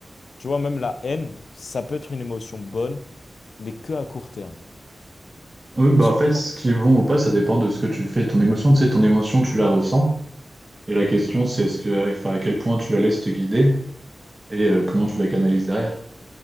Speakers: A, on the left (about 70°); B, on the right (about 25°).
A: Tu vois, même la haine, ça peut être une émotion bonne, mais que à court terme.
B: Oui, bah
A: Sur...
B: en fait, ce qui est bon ou pas, ça dépend de ce que tu fais, de ton émotion. Tu sais, ton émotion, tu la ressens. Et la
A: Mm.
B: question, c'est est-ce que, enfin, à quel point tu la laisses te guider et euh, comment tu la canalises derrière.